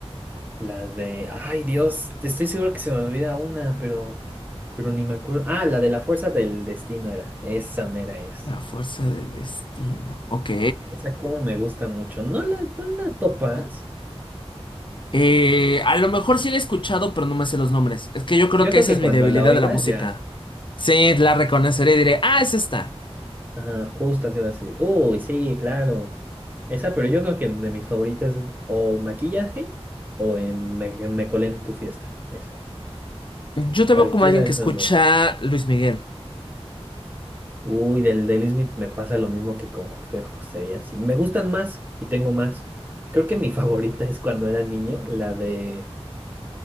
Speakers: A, on the right; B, on the left.
A: la de, ay Dios, estoy seguro que se me olvida una, pero, pero ni me acuerdo, ah, la de La Fuerza del Destino era, esa mera es,
B: La fuerza del destino. Ok.
A: esa como me gusta mucho, ¿no la, no la topas?
B: Eh, a lo mejor sí la he escuchado, pero no me sé los nombres. Es que yo creo
A: Yo
B: que
A: creo
B: esa
A: que
B: es
A: cuando
B: mi debilidad
A: la oigas
B: de la música.
A: ya,
B: Sí, la reconoceré y diré, ah, es esta.
A: ajá, justo se va a decir, uy, sí, claro. Esa, pero yo creo que de mis favoritas es o maquillaje o en me, me colé en tu fiesta. Esa es.
B: Yo te
A: Cualquiera
B: veo como alguien
A: de
B: que
A: esas
B: escucha
A: dos.
B: Luis Miguel.
A: Uy, del de Will Smith me pasa lo mismo que con José José y así. Me gustan más y tengo más. Creo que mi <laughs> favorita es cuando era niño, la de,